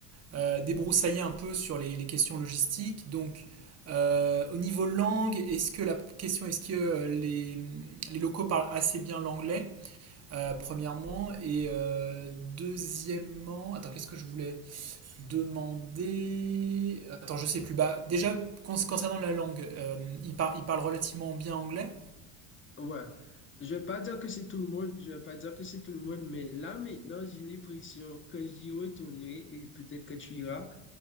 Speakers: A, on the right; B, on the left.
A: euh, débroussailler un peu sur les, les questions logistiques. Donc euh, au niveau langue, est-ce que la question est-ce que euh, les, les locaux parlent assez bien l'anglais euh, premièrement et euh, deuxièmement, attends, qu'est-ce que je voulais demander? Attends, je sais plus. Bah, déjà con- concernant la langue, euh, ils par- ils parlent relativement bien anglais.
B: Ouais. Je vais pas dire que c'est tout le monde, je vais pas dire que c'est tout le monde, mais là maintenant, j'ai l'impression que j'y retournerai et peut-être que tu iras.